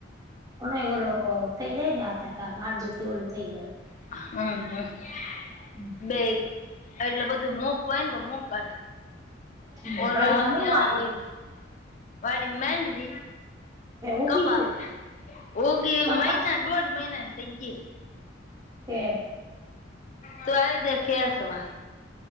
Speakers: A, on the right; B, on the left.
A: અને ઓલો થઈ જાય ને આ તામ આદુથી ઓલો થઈ જાય.
B: હમ હમ
A: હમ
B: બેય એટલે બધું મુકવાય ને તો મોકાય.
A: હમ
B: ઓલો
A: વાડીમાં
B: હાવ
A: હું
B: ન્યા
A: વાડી
B: વહી ને વાડીમાં માંડવી.
A: ઉગી
B: કપા
A: ગયું
B: ઉગી
A: કપાસ
B: મહિના દોઢ મહિના ની થઈ ગી.
A: છે
B: તો આવી રીતે કેશુ હા.